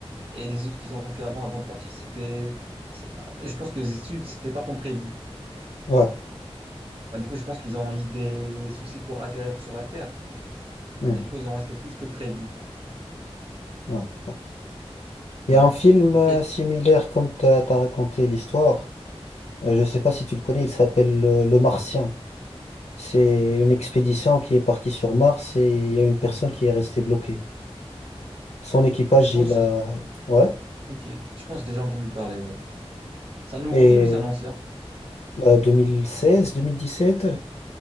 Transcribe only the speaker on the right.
Et les études qu'ils ont fait avant, avant de partir, c'était, c'est- ah, je pense que les études, c'était pas comme prévu.
Bah, du coup, je pense qu'ils ont eu des soucis pour atterrir sur la Terre.
Et du coup, ils ont resté plus que prévu.
Ouais.
Après,
je pense,
ok, je pense que j'ai déjà entendu parler, ouais. C'est un nouveau
film ou c'est un ancien?